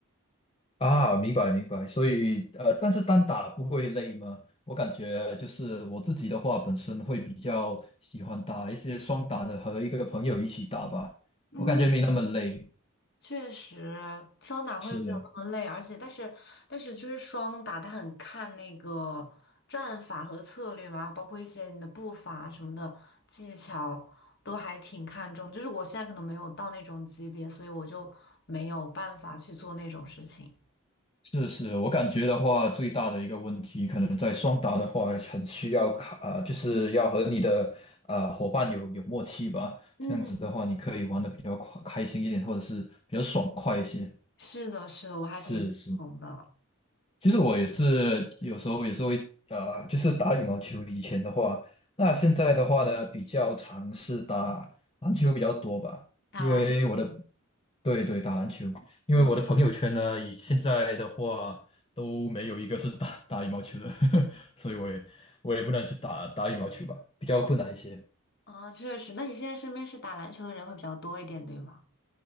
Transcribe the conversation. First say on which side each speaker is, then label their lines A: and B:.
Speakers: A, on the left; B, on the left.
A: 啊，明白明白，所以呃，但是单打不会累吗？我感觉就是我自己的话，本身会比较喜欢打一些双打的，和一个朋友一起打吧，
B: 嗯。
A: 我感觉没那么累。
B: 确实，双打会没有那么累，
A: 是。的。
B: 而且但是但是就是双打，它很看那个战法和策略嘛，包括一些你的步伐什么的技巧，都还挺看重。就是我现在可能没有到那种级别，所以我就没有办法去做那种事情。
A: 是是，我感觉的话，最大的一个问题，可能在双打的话，很需要卡，呃，就是要和你的呃伙伴有有默契吧。
B: 嗯，
A: 这样子的话，你可以玩的比较快开心一点，或者是比较爽快一些。
B: 是的，是的，我还挺认同的。
A: 是是。其实我也是有时候也是会呃，就是打羽毛球。以前的话，
B: 嗯，
A: 那现在的话呢，比较尝试打篮球比较多吧，
B: 打篮球，
A: 因为我的对对打篮球，因为我的朋友圈呢，
B: 嗯
A: 以现在的话都没有一个是打打羽毛球的，<laughs> 所以我也我也不能去打打羽毛球吧，比较困难一些。
B: 啊，确实。那你现在身边是打篮球的人会比较多一点，对吗？